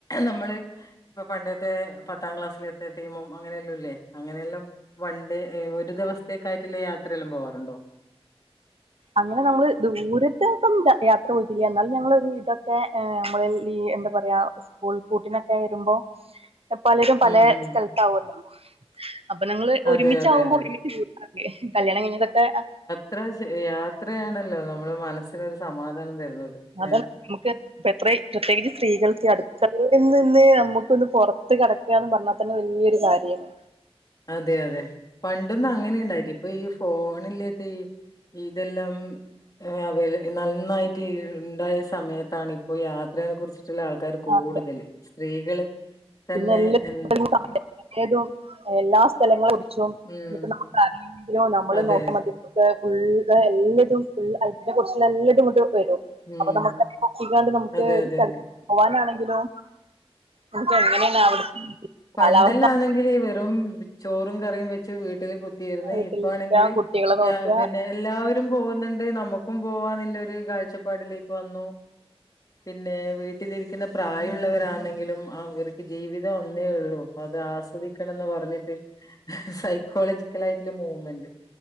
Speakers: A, on the left; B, on the right.
A: നമ്മള് ഇപ്പൊ പണ്ടത്തെ പത്താം ക്ലാസ്സിലെത്തിയ ടീമും അങ്ങനെയെല്ലു ഇല്ലേ അങ്ങനെയെല്ലം വൺ ഡേ ഒരു ദിവസ്ത്തേക്കായിട്ട്ള്ള യാത്രയെല്ലം പോവാറുണ്ടോ
B: അങ്ങനെ നമ്മള് ദൂരത്തെക്കും യ യാത്ര പോയിക്കില്ല എന്നാലും ഞങ്ങളൊരു ഇതൊക്കെ നമ്മള ഈ എന്ത പറയാ സ്കൂൾ പൂട്ടിനൊക്കെ വരുമ്പോ പലരും പലെ
A: ഉം ഉം.
B: സ്ഥൽത്ത് ആവോല്ലോ അപ്പം നങ്ങള് ഒരുമിച്ചാവുമ്പോ
A: അതെ, അതെ, അതെ.
B: ഒരുമിച്ച് അതെ കല്യാണം കഴിഞ്ഞതൊക്കെ
A: ത്ര യാത്രയാണല്ലോ നമ്മുടെ മനസ്സിനൊരു സമാധാനം തരുന്നത്
B: അത
A: ഏഹ്.
B: നമുക്ക് ഇപ്പ എത്രയ്‌ പ്രത്യേകിച്ച് സ്ത്രീകൾക്ക് അടുക്കളയിൽ നിന്ന് ന്ന് നമുക്കൊന്ന് പൊർത്ത് കടക്കാന്ന് പർഞ്ഞാ തന്നെ വല്ല്യോരു കാര്യാണ്
A: അതെ അതെ പണ്ടൊന്നും അങ്ങനെയുണ്ടായിട്ടി ഇപ്പൊ ഈ ഫോണ് ഇല്ല്യാത്തെ ഇതെല്ലം അവല് നന്നായിട്ട് ഇ ഇണ്ടായ സമയത്താണ് ഇപ്പോ യാത്രയെ കുർച്ച് മറ്റുള്ള ആൾക്കാര് കൂടുതല്
B: അതെ
A: സ്ത്രീകള് തന്നെ
B: പിന്നെ എല്ലം
A: എൻ
B: <unintelligible> എല്ലാ സ്ഥലങ്ങളെ കുർച്ചും
A: ഉം
B: <unintelligible> നമ്മള്
A: അതെ
B: നോക്കി മതി ഫുൾ എല്ലതും ഫുൾ <unintelligible> കുറിച്ച് എല്ലതും ഇങ്ങോട്ട് വരും
A: ഉം
B: അപ്പൊ നമുക്ക് <unintelligible> നമുക്ക്
A: അതെ
B: ഒരു
A: അതെ
B: സ്ഥലത്ത്
A: അതെ
B: പോവാനാണെങ്കിലോ നമുക്ക് എങ്ങനെയാണ് അവിടുത്തെ
A: പണ്ടെല്ലാണെങ്കില്
B: കാലാവസ്ഥ
A: വെറും ചോറും കറിയും വെച്ച് വീട്ടില് കു കുത്തിരൂന്ന്
B: വീട്ടിലിരിക്ക
A: ഇപ്പാണെങ്കില്
B: കുട്ടികളെ നോക്ക
A: പിന്നെ എല്ലാവരും പോകുന്നുണ്ട് നമുക്കും പോവാൻള്ള ഒരു കാഴ്ചപ്പാടിലേക്ക് വന്നു പിന്നെ വീട്ടിൽ വീട്ടിലിരിക്കുന്ന പ്രായമുള്ളവരാണെങ്കിലും ആ ഇവർക്ക് ജീവിതം ഒന്നേ ഉള്ളൂ അപ്പൊ അത് ആസ്വദിക്കണംന്ന് പറഞ്ഞിട്ട് സൈക്കോളജിക്കൽ ആയിട്ടുള്ള മൂവ്മെന്റ്